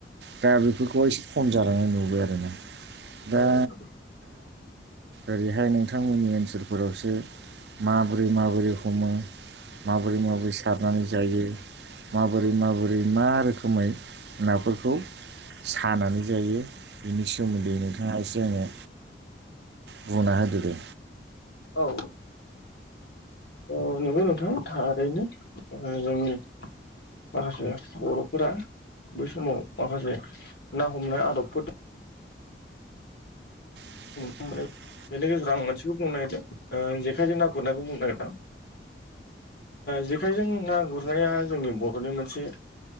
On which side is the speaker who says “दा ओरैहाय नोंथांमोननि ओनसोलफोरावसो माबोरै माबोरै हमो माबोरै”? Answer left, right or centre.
Right